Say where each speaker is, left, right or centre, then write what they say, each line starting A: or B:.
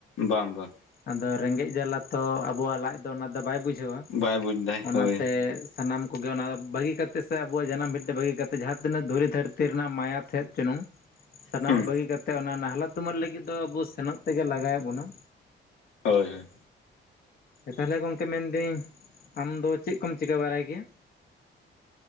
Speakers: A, on the left; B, on the left.
A: ᱵᱟᱝ ᱵᱟᱝ
B: ᱟᱫᱚ ᱨᱮᱸᱜᱮᱡ ᱡᱟᱞᱟ ᱛᱚ ᱟᱵᱚᱣᱟᱜ ᱞᱟᱡ ᱫᱚ ᱚᱱᱟ ᱫᱚ ᱵᱟᱭ ᱵᱩᱡᱷᱟᱹᱣᱟ,
A: ᱵᱟᱭ ᱵᱩᱡᱽ ᱫᱟᱭ
B: ᱚᱱᱟ
A: ᱦᱳᱭ
B: ᱛᱮ ᱥᱟᱱᱟᱢ ᱠᱚᱜᱮ ᱚᱱᱟ ᱵᱷᱟᱹᱜᱤ ᱠᱟᱛᱮᱫ ᱥᱮ ᱟᱵᱚᱣᱟᱜ ᱡᱟᱱᱟᱢ ᱵᱷᱤᱴᱟᱹ ᱠᱟᱛᱮᱫ ᱡᱟᱦᱟᱸ ᱛᱤᱱᱟᱹᱜ ᱫᱷᱩᱲᱤ ᱫᱷᱟᱹᱨᱛᱤ ᱨᱮᱱᱟᱜ ᱢᱟᱭᱟ ᱛᱮᱡ ᱪᱚᱱᱩᱝ ᱥᱟᱱᱟᱢᱟᱜ
A: ᱦᱩᱸ
B: ᱵᱟᱹᱜᱤ ᱠᱟᱛᱮᱫ ᱚᱱᱟ ᱱᱟᱦᱞᱟ ᱛᱩᱢᱟᱹᱞ ᱞᱟᱹᱜᱤᱫ ᱫᱚ ᱵᱟᱹᱫ ᱥᱮᱱᱚᱜ ᱛᱮᱜᱮ ᱞᱟᱜᱟᱭᱮᱫ ᱵᱚᱱᱟ᱾
A: ᱦᱳᱭ ᱦᱳᱭ
B: ᱛᱟᱦᱚᱞᱮ ᱜᱚᱝᱠᱮ ᱢᱮᱱ ᱫᱟᱹᱧ ᱟᱢ ᱫᱚ ᱪᱮᱫ ᱠᱚᱢ ᱪᱤᱠᱟᱹ ᱵᱟᱲᱟᱭ ᱜᱮᱭᱟ?